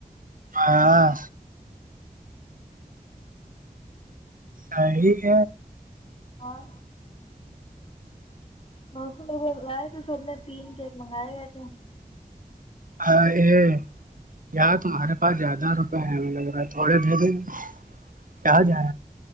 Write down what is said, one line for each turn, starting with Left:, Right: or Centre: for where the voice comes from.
Right: ہاں ہ یہ
Left: ہاں موسم ب ہو رہا ہے تو سب نے تین کیک منگائے گئے تھے
Right: ہاں یہ اں تمہارے پاس زیادہ روپئے ہیں ہمیں لگ رہا ہے تھوڑے دے دیں گے کہاں جائ